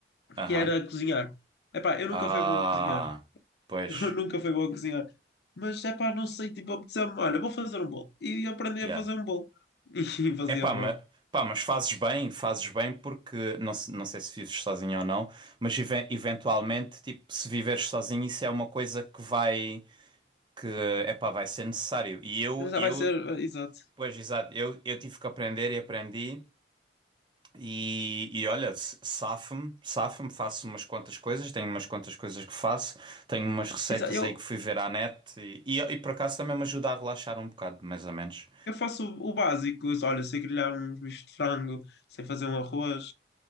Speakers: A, on the right; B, on the left.
A: Aham.
B: que era cozinhar. Epá, eu nunca
A: Ah,
B: fui bom a cozinhar. <laughs>
A: pois,
B: Eu nunca fui bom a cozinhar. Mas, epá, não sei, tipo, apeteceu-me, olha, vou fazer um bolo. E aprendi
A: yeah.
B: a fazer um bolo. <laughs> E fazia
A: É pá,
B: bolo.
A: mas, pá, mas fazes bem, fazes bem porque não, se- não sei se vives sozinho ou não, mas even- eventualmente, tipo, se viveres sozinho, isso é uma coisa que vai, que é pá, vai ser necessário. E eu,
B: Mas já
A: eu,
B: vai ser, eh, exato.
A: pois exato, eu, eu tive que aprender e aprendi. E, e olha, s- safo-me, safo-me, faço umas quantas coisas, tenho umas quantas coisas que faço, tenho umas receitas
B: Exa- Eu,
A: aí que fui ver à net e, e, e por acaso também me ajuda a relaxar um bocado, mais ou menos.
B: Eu faço o o básico, olha, sei grelhar uns bichos de frango, sei fazer um arroz.